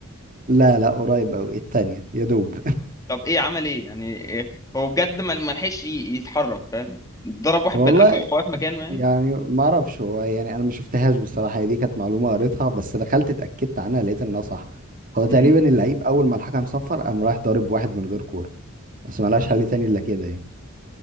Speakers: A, on the right; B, on the left.
A: لا لا قريب أوي التانية يا دوب
B: <laughs> طب ايه عمل ايه يعني إيه؟ هو بجد ما ما لحقش ي- يتحرك فاهم ضرب
A: <laughs>
B: واحد
A: والله
B: بالقفا وقف مكانه يعني
A: يعني ما اعرفش هو يعني انا ما شفتهاش بصراحه هي دي كانت معلومه قريتها بس دخلت اتاكدت عنها لقيت انها صح هو تقريبا
B: مم.
A: اللعيب اول ما الحكم صفر قام رايح ضارب واحد من غير كوره بس ما لهاش حل تاني الا كده يعني